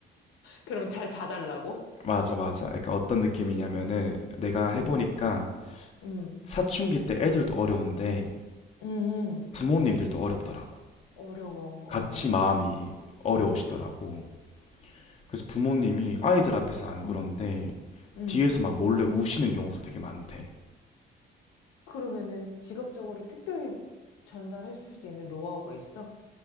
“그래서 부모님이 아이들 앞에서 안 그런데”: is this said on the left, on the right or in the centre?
Left